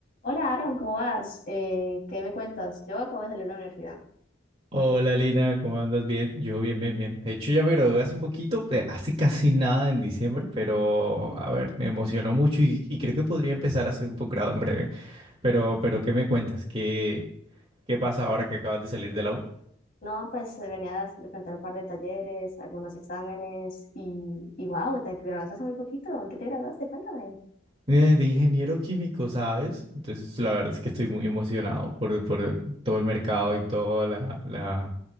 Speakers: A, on the left; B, on the right.
A: Hola Aaron, ¿cómo vas? Eh, ¿qué me cuentas? Yo acabo de salir de la universidad.
B: Hola Lina, ¿cómo andas? Bien, yo bien, bien, bien. De hecho ya me gradué hace un poquito, eh, hace casi nada en diciembre, pero a ver, me emocionó mucho y, y creo que podría empezar a hacer un posgrado en breve. Pero, pero ¿qué me cuentas? ¿Qué, qué pasa ahora que acabas de salir de la U?
A: No, pues eh, venía de plantear un par de talleres, algunos exámenes y, y wow, te graduaste hace muy poquito. ¿En qué te graduaste? Cuéntame.
B: Eh, de ingeniero químico, ¿sabes? Entonces la verdad es que estoy muy emocionado por, por todo el mercado y toda la, la,